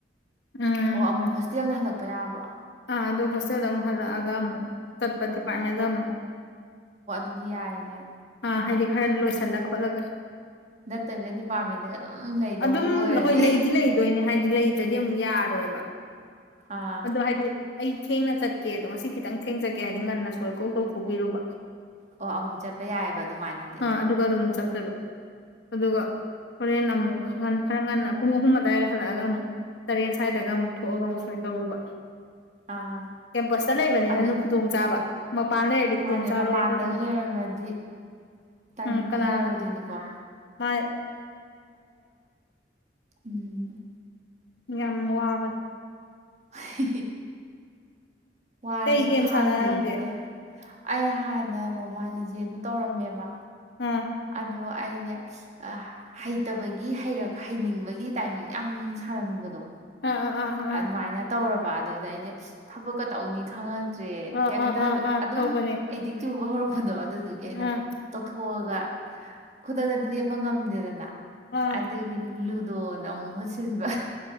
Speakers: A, on the left (about 75°); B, on the right (about 40°).
A: ꯎꯝ
B: ꯑꯣ ꯑꯃꯨꯛ ꯍꯣꯁꯇꯦꯜꯗ ꯍꯜꯂꯛꯄ ꯌꯥꯕ꯭ꯔꯣ
A: ꯑꯥ ꯑꯗꯣ ꯍꯣꯁꯇꯦꯜꯗ ꯑꯃꯨꯛ ꯍꯜꯂꯛꯑꯒ ꯑꯃꯨꯛ ꯆꯠꯄ ꯗꯤꯄꯥꯔꯠꯃꯦꯟꯗ ꯑꯃꯨꯛ
B: ꯗꯨꯗꯤꯌꯥꯏꯅꯦ
A: ꯑꯥ ꯍꯥꯏꯗꯤ ꯈꯔ ꯂꯣꯏꯁꯤꯜꯂ ꯈꯣꯠꯂꯒ
B: ꯅꯠꯇꯕꯤꯗ ꯗꯤꯄꯥꯔꯠꯃꯦꯟꯗꯒ ꯑꯗꯨꯝ ꯂꯩꯗꯧꯕꯒ
A: ꯑꯗꯨꯝ
B: ꯑꯣꯏꯔꯗꯤ
A: ꯍꯣꯏ ꯂꯩꯗꯤ ꯂꯩꯗꯣꯏꯅꯦ ꯍꯥꯏꯗꯤ ꯂꯩꯇ꯭ꯔꯗꯤ ꯑꯃꯨꯛ ꯌꯥꯔꯣꯏ
B: ꯑꯥ
A: ꯑꯗꯨ ꯍꯥꯏꯗꯤ ꯑꯩ ꯊꯦꯡꯅ ꯆꯠ ꯀꯦ ꯑꯗꯣ ꯉꯁꯤ ꯈꯤꯇꯪ ꯊꯦꯡꯅ ꯆꯠꯀꯦ ꯍꯥꯏꯗꯤ ꯉꯟꯅ ꯁꯣꯢ ꯀꯣꯛ ꯇꯧꯊꯣꯛꯄꯤꯔꯨꯕ
B: ꯑꯣ ꯑꯃꯨꯛ ꯆꯠꯄ ꯌꯥꯏꯑꯕ ꯑꯗꯨꯃꯥꯏꯅꯗꯤ
A: ꯑ ꯑꯗꯨꯒ ꯑꯗꯨꯃꯨꯛ ꯆꯠꯇꯣꯢꯕ ꯑꯗꯨꯒ ꯍꯣꯔꯦꯟ ꯑꯃꯨꯛ ꯈꯔ ꯉꯟꯅ ꯄꯨꯡ ꯑꯍꯨꯝ ꯑꯗꯨꯋꯥꯏꯗ ꯍꯜꯂꯛꯑꯒ ꯑꯃꯨꯛ ꯇꯔꯦꯠ ꯁ꯭ꯋꯥꯏꯗꯒ ꯑꯃꯨꯛ ꯊꯣꯛꯑꯒ ꯑꯃꯨꯛ ꯁꯣꯏ ꯇꯧꯔꯨꯕ
B: ꯑꯥ
A: ꯀꯦꯝꯄꯁꯇ ꯂꯩꯕꯅꯤꯅꯅ
B: ꯑꯗꯨ
A: ꯈꯨꯗꯣꯡ ꯆꯥꯕ ꯃꯄꯥꯟ ꯂꯩꯔꯗꯤ ꯈꯨꯗꯣꯡ
B: ꯃꯥꯅꯦ
A: ꯆꯥꯔꯣꯏ
B: ꯃꯄꯥꯟꯗꯒ
A: ꯑꯗꯨ ꯑꯃꯨꯛ
B: ꯂꯩꯔꯝꯃꯗꯤ ꯇꯥꯏꯃꯤꯡꯗꯣ
A: ꯎꯝ ꯀꯅꯥꯅ
B: ꯌꯥꯔꯣꯏꯗꯣꯏꯅꯤꯀꯣ
A: ꯃꯥ
B: ꯎꯝ
A: ꯌꯥꯝ ꯋꯥꯕꯅꯦ
B: ꯍꯍ ꯋꯥꯔꯁꯨ
A: ꯀꯩ ꯒꯦꯝ
B: ꯈꯥꯡꯗꯣꯏꯅꯤꯅꯦ
A: ꯁꯥꯟꯅꯔꯝꯒꯦ
B: ꯑꯩ ꯍꯥꯟꯅ ꯃꯣꯕꯥꯢꯜ ꯂꯤꯖꯦꯟꯗꯣ ꯇꯧꯔꯝꯃꯦꯕ
A: ꯑꯥ
B: ꯑꯗꯣ ꯑꯩꯁꯦ ꯑ ꯍꯩꯇꯕꯒꯤ ꯍꯩꯔꯛ ꯍꯩꯅꯤꯡꯕꯒꯤ ꯇꯥꯏꯃꯤꯡ ꯌꯥꯝ ꯁꯥꯟꯅꯅꯤꯡꯕꯗꯣ
A: ꯑꯥ ꯑꯥ ꯑꯥ
B: ꯑꯗꯨꯃꯥꯏꯅ ꯇꯧꯔꯕ ꯑꯗꯨꯗ ꯑꯩꯖꯦ ꯊꯕꯛꯀ ꯇꯧꯅꯤ ꯈꯪꯉꯛ ꯇ꯭ꯔꯦ
A: ꯑꯥ ꯑꯥ
B: ꯀꯩꯝꯇ
A: ꯑꯥ ꯑꯥ ꯑꯥ
B: ꯑꯗꯨꯝ
A: ꯇꯧꯕꯅꯦ
B: ꯑꯦꯗꯤꯛ ꯆꯨꯕ ꯍꯧꯔꯛꯄꯗꯣ ꯑꯗꯨꯗꯨꯒꯤ ꯑꯩꯅ
A: ꯑꯥ
B: ꯇꯧꯊꯣꯛꯑ ꯒ ꯈꯨꯗꯛꯇꯗꯤ ꯂꯦꯞꯄ ꯉꯝꯗꯦꯗꯅ
A: ꯑꯥ
B: ꯑꯗꯨꯒꯤ ꯂꯨ ꯗꯣ ꯅ ꯑꯃꯨꯛ ꯃꯍꯨꯠ ꯁꯤꯜꯂꯤꯕ